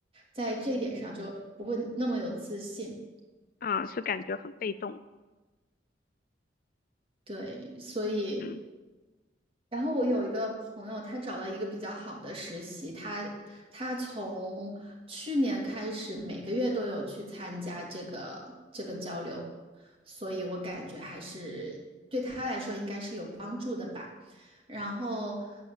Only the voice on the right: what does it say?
在这一点上就不会那么有自信。
对，所以。
然后我有一个朋友，他找到一个比较好的实习，他他从去年开始每个月都有去参加这个这个交流，所以我感觉还是对他来说应该是有帮助的吧。然后，